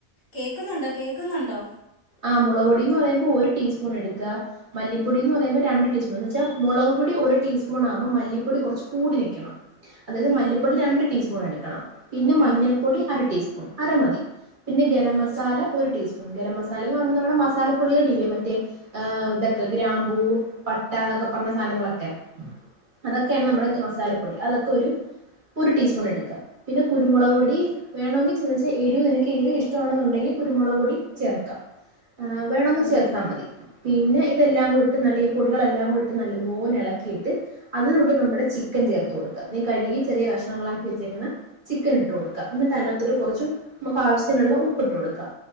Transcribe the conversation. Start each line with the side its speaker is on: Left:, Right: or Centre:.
Left: കേക്കുന്നുണ്ടോ കേക്കുന്നുണ്ടോ
Right: ആ മുളക് പൊടി എന്ന് പറയുമ്പോ ഒരു ടിസ്പൂൺ എടുക്കുക മല്ലിപ്പൊടി എന്ന് പറയുമ്പോ രണ്ട് ടിസ്പൂൺ എന്ന് വെച്ചാ മുളക് പൊടി ഒരു ടീസ്പൂൺ ആകപോ മല്ലിപ്പൊടി കുറച്ച് കൂടി നൽക്കണം അതായത്
Left: ഉം
Right: മല്ലിപ്പൊടി രണ്ട് ടീസ്പൂൺ എടുക്കണം പിന്നെ മഞ്ഞൾപ്പൊടി
Left: ഉം
Right: അര ടീസ്പൂൺ അരമതി പിന്നെ ഗരം
Left: ഉം
Right: മസാല ഒരു ടീസ്പൂൺ ഗരം മസാല സാലന്ന് പറഞ്ഞ നമ്മടെ മസാലപ്പൊളികളല്ലേ മറ്റേ ഇതൊക്കെ ഗ്രാമ്പൂ പട്ട എന്നൊക്കെ പറഞ്ഞ സാധനങ്ങളൊക്കെ അതൊക്കെയാണ് നമ്മുടെ മസാലപ്പൊടി അതൊക്കെ ഒരു ഒരു ടീസ്പൂൺ എടുക്കാം പിന്നെ കുരുമുക്
Left: ഉം
Right: പൊടി വേണമെങ്കിൽ ചെന്ന വച്ചാൽ എരിവും എനിക്ക് എരിവും ഇഷ്ടം ഇഷമാണെന്നുണ്ടങ്കിൽ കുരുമുളക് പൊടി ചേർക്കാം ആ് വേണന്ന്
Left: ഉം
Right: ചേർത്താ മതി പിന്നെ ഇതെല്ലാം കൂടിട്ട് നല്ല ഈ പൊടികളെല്ലാം കൂടി ഇട്ട് നല്ലത്പോലെ ഇളക്കിയിട്ട് അതിലോട്ട് നമ്മുടെ ചിക്കൻ ചേർത്ത് കൊടുക്കും നീ കഴുകി
Left: ഉം
Right: ചെറിയ കഷ്ണങ്ങളാക്കി വെച്ചേക്കണ ചിക്കൻ ഇട്ട് കൊടുക്കാം എന്നിട്ട് അതിനകത്തോട്ട് കുറച്ച് നമുക്ക് ആവശ്യത്തിനുള്ള ഉപ്പ് ഇട്ട് കൊടുക്കാം